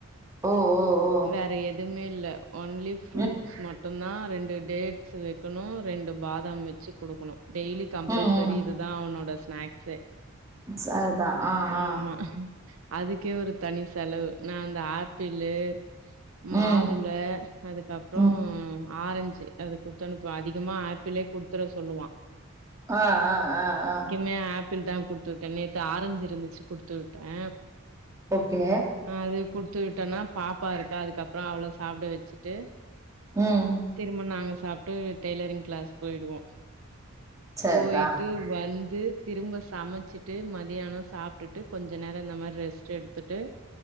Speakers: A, on the right; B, on the right.
A: ஓ ஓ ஓ
B: வேற எதுமே இல்ல ஒன்லி ஃப்ரூட்ஸ்
A: ம்
B: மட்டுந்தா ரெண்டு டேட்ஸ் வெக் க்கணு ரெண்டு பாதாம் வெச்சு குடுக்கணு டெய்லி கம்பல்செரி
A: ம் ம்
B: இதுதா அவனோட ஸ்நாக்ஸே
A: சரிதா ஆ ஆ
B: ஆமா அதுக்கே ஒரு தனி செலவு நா இந்த ஆப்பிளு மாதுள்
A: ம்
B: ள அதுகப்றோ
A: ம்
B: ஆரஞ்சு அது குடுத்தனுப்புவே அதிகமா ஆப் பிளே குடுத்துட சொல்லுவா
A: ஆ ஆ ஆ ஆ
B: மே ஆப்பிள் தா குடுத்து விட்டே நேத்து ஆரஞ்சு இருந்துச்சு குடுத்து விட்டே
A: ஓகே
B: அதே குடுத்து விட்டோனா பாப்பா இருக்கா அதுக்கப்ற அவள சாப்ட வெச்சுட்டு
A: ம்
B: திரும்ப நாங்க சாப்ட்டு டெய்லரிங் கிளாஸ் போயிடுவோ
A: சரிதா
B: போயிட்டு வந்து திரும்ப சமச்சிட்டு மதியான சாப்ட்டுட்டு கொஞ்ச நேர இந்த மாரி ரெஸ்ட் எடுத்துட் டு